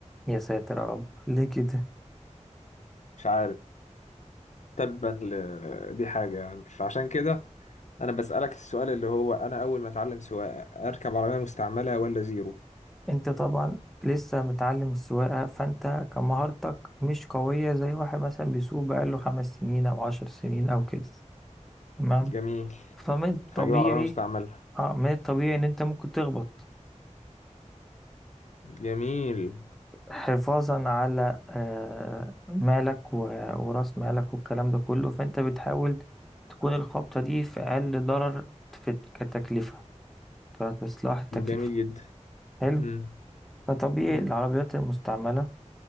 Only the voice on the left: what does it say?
مش عارف تبا ل- دي حاجه يعني مش عشان كده انا بسالك السؤال اللي هو انا اول ما اتعلم سواقه اركب عربيه مستعمله ولا زيرو
جميل
فاجيب عربيه مستعمله
جميل
جميل جدا
مم.
مم.